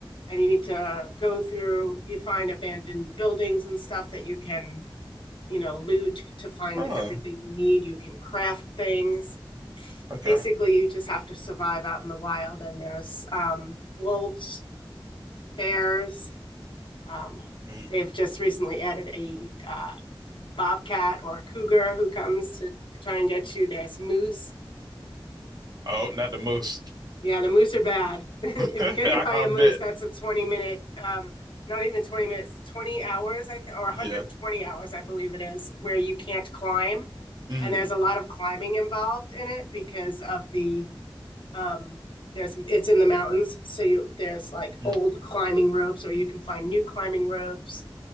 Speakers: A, on the left; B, on the right.
A: and you need to go through, you find abandoned buildings and stuff that you can, you know, loot to find
B: Oh,
A: everything you need. You can craft things.
B: okay.
A: Basically, you just have to survive out in the wild, and there's um, wolves, bears, Um,
B: Hmm.
A: they've just recently added a uh, bobcat or a cougar who comes to try and get you. There's moose.
B: Oh, not the most.
A: Yeah, the moose are bad. <laughs>
B: <laughs>
A: If
B: I,
A: you get hit by
B: I
A: a
B: bet.
A: moose, that's a 20 minute, um, not even 20 minutes, 20 hours, I think, or 120
B: Yeah.
A: hours, I believe it is, where you can't climb.
B: Hmm.
A: And there's a lot of climbing involved in it because of the, um, there's, it's in the mountains. So you, there's like
B: Hmm.
A: old climbing ropes, or you can find new climbing ropes.